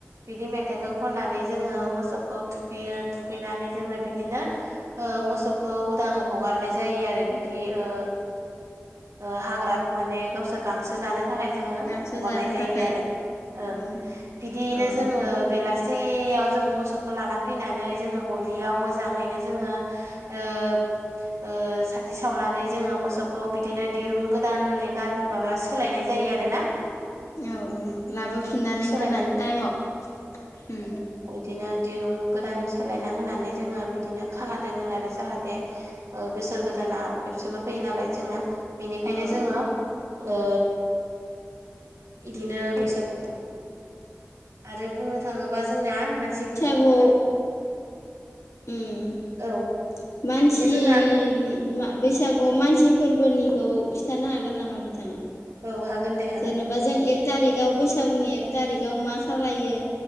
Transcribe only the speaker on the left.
बेबायदिनो
गांसो
जानो
थाखाय
उम
औ
औ
औ औ लाबोफिननानै
मोनानि टाइमाव उम
औ
औ
अ' उम
मानसिनि
मा बैसागु मानसि फोरबोनिखौ खिन्थानो हागोन नामा बिथाङा?
जेनेबा जों
एक थारिकाव बैसागुनि एक थारिकाव मा खालायो?